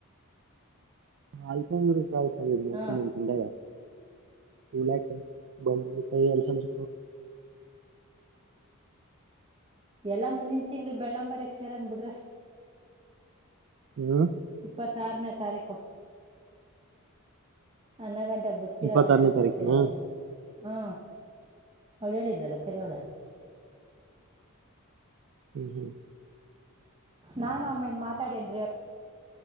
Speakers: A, on the right; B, on the right.
A: ಆಸಪ್ಪು
B: ಹ್ಮ್
A: ನಿನು ಚಂದ ತ <unintelligible> ಬಂದ ಕಾಯಿ ಎಲ್ಸಂದ್ರ
B: ಎಲ್ಲಾ ಮುಂದಿನ ತಿಂಗಳ ಬೆಳ್ಳಂಬರಿಯಕ್ ಸೇರನ್ ಬಿಡ್ರಿ
A: ಹ್ಮ್
B: ಇಪ್ಪತ್ತಾರನೇ ತಾರೀಕು ಅನ್ನ ಗಂಟೆ ಬತ್ಕಿರೋರ
A: ಇಪ್ಪತ್ತಾರನೇ
B: ಯಾರ ಸತ್ತರವರ
A: ತಾರೀಕಿನ
B: ಯಾರ ಹಾ ಅವಳು ಹೇಳಿದ್ದಲ್ಲಕ್ಕರೆ ಅವಳ
A: ಹ್ಮ್ ಹ್ಮ್
B: ನಾನು ಅಮ್ಮನ್ ಮಾತಾಡೇನ್